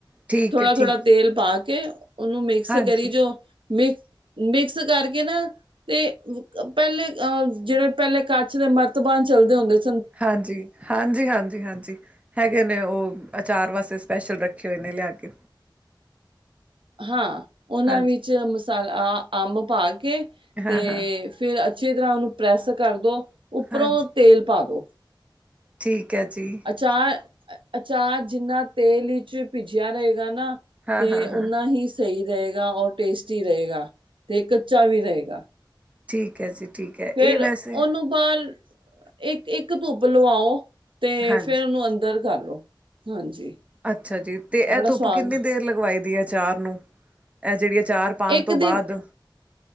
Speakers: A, on the right (about 15°); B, on the right (about 90°).
A: ਠੀਕ
B: ਥੋੜ੍ਹਾ-
A: ਹੈ ਠੀਕ
B: ਥੋੜ੍ਹਾ ਤੇਲ
A: ਹੈ
B: ਪਾ ਕੇ, ਉਹਨੂੰ ਮਿਕਸ
A: ਹਾਂਜੀ
B: ਕਰੀ ਜੋ। ਮਿਕ- ਮਿਕਸ ਕਰਕੇ ਨਾ, ਤੇ ਅ ਪਹਿਲੇ ਆ ਜਿਹੜੇ ਪਹਿਲੇ ਕੱਚ ਦੇ ਮਰਤਬਾਨ ਚਲਦੇ ਹੁੰਦੇ ਸੀ।
A: ਹਾਂਜੀ-ਹਾਂਜੀ-ਹਾਂਜੀ-ਹਾਂਜੀ। ਹੈਗੇ ਨੇ ਉਹ, ਅਚਾਰ ਵਾਸਤੇ ਸਪੈਸ਼ਲ ਰੱਖ ਰੱਖੇ ਹੋਏ ਨੇ ਲਿਆ ਕੇ
B: ਹਾਂ, ਉਹਨਾਂ
A: ਹਾਂਜੀ
B: ਵਿੱਚ ਮਸਾਲਾ ਅੰਬ ਪਾ ਕੇ,
A: ਹਾਂ
B: ਤੇ
A: ਹਾਂ
B: ਫਿਰ ਅੱਛੀ ਤਰ੍ਹਾਂ ਉਹਨੂੰ ਪ੍ਰੈੱਸ ਕਰ ਦੋ, ਉੱਪਰੋਂ
A: ਹਾਂਜੀ
B: ਤੇਲ ਪਾ ਦੋ।
A: ਠੀਕ ਹੈ ਜੀ।
B: ਅਚਾਰ ਅਚਾਰ ਜਿੰਨਾ ਤੇਲ ਵਿੱਚ ਭਿੱਜਿਆ ਰਹੇਗਾ ਨਾ।
A: ਹਾਂ
B: ਤੇ
A: ਹਾਂ
B: ਓਨਾ
A: ਹਾਂ
B: ਹੀ ਸਹੀ ਰਹੇਗਾ ਔਰ ਟੇਸਟੀ ਰੇਗਾ ਤੇ ਕੱਚਾ ਵੀ ਰੇਗਾ।
A: ਠੀਕ ਹੈ ਜੀ ਠੀਕ ਹੈ।
B: ਫੇਿਰ
A: ਇਹ ਵੈਸੇ
B: ਉਹਨੂੰ ਬਾਅਦ ਇੱਕ-ਇੱਕ ਧੁੱਪ ਲਵਾਓ ਤੇ
A: ਹਾਂਜੀ
B: ਫੇਰ ਉਹਨੂੰ ਅੰਦਰ ਕਰ ਲੋ ਹਾਂਜੀ।
A: ਅੱਛਾ ਜੀ ਤੇ ਇਹ
B: ਬੜਾ
A: ਧੁੱਪ
B: ਸਵਾਦ
A: ਕਿੰਨੀ ਦੇਰ ਲਗਵਾਈ ਦੀ ਏ ਅਚਾਰ ਨੂੰ। ਇਹ ਜਿਹੜੀ ਅਚਾਰ ਪਾਉਣ
B: ਇੱਕ
A: ਤੋਂ
B: ਦਿਨ
A: ਬਾਅਦ